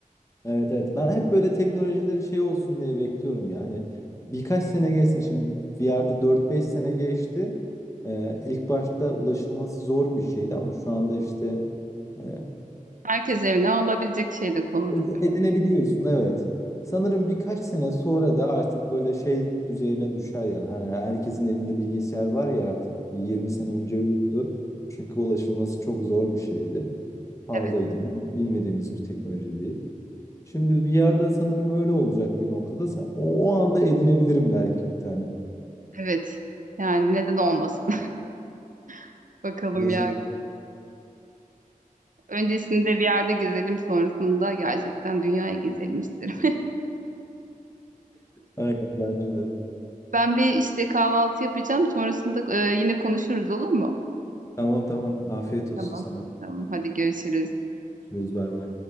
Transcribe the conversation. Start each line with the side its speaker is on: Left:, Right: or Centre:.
Left: Evet evet. Ben hep böyle teknolojileri şey olsun diye bekliyorum ya. Hani birkaç sene geçsin. Şimdi VR'da dört beş sene geçti. Ee, ilk başta ulaşılması zor bir şeydi ama şu anda işte e,
Right: Herkes evine alabilecek şey de konumda.
Left: Ed- Edinebiliyorsun evet. Sanırım birkaç sene sonra da artık böyle şey düzeyine düşer yani. Hani herkesin evinde bilgisayar var ya artık. Bir 20 sene önce yoktu. Çünkü ulaşılması çok zor bir şeydi. Pahalıydı.
Right: Evet.
Left: bil- Bilmediğimiz bir teknoloji diye. Şimdi VR'da sanırım öyle olacak bir noktada. Sa- O, o anda edinebilirim belki bir tane.
Right: Evet. Yani neden olmasın? <laughs> Bakalım
Left: Gezi.
Right: ya. Öncesinde bir yerde gezelim, sonrasında gerçekten dünyayı gezelim isterim.
Left: Aynen bence de.
Right: <laughs> Ben bir işte kahvaltı yapacağım, sonrasında e, yine konuşuruz olur mu?
Left: Tamam tamam. Afiyet olsun
Right: Tamam.
Left: sana.
Right: Tamam. Hadi görüşürüz.
Left: Görüşürüz bay bay.